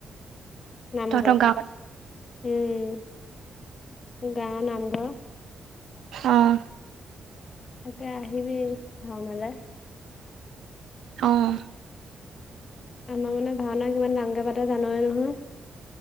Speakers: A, on the left (about 35°); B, on the right (about 75°).
A: <unintelligible> নামঘৰত।
B: তহঁতৰ গাঁৱত
A: উম। গাওঁ নামঘৰত। <unintelligible>
B: অঁহ।
A: তাকে আহিবি ভাওনালে।
B: অঁহ।
A: আমাৰ মানে ভাওনা কিমান ডাঙৰ কে পাটে জানই নহয়। <unintelligible>